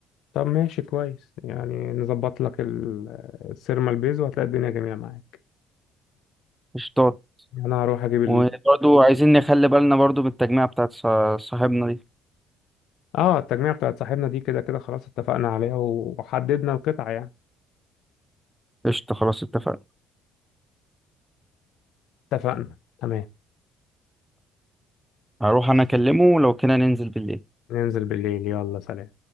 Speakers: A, on the left (about 70°); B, in the centre.
A: طب ماشي كويس يعني نظبط لك ال- السيرمال بيز وهتلاقي الدنيا جميلة معاك
B: قشطات
A: يعني انا هروح اجيب ال...
B: وبرضو عايزين نخلي بالنا برضو من التجميعة بتاعت صا- صاحبنا دي
A: اه التجميع بتاعت صاحبنا دي كده كده خلاص اتفقنا عليها وحددنا القطع يعني
B: قشطة خلاص اتفقنا
A: اتفقنا تمام
B: هروح أنا أكلمه لو كنا ننزل بالليل
A: ننزل بالليل يلا سلام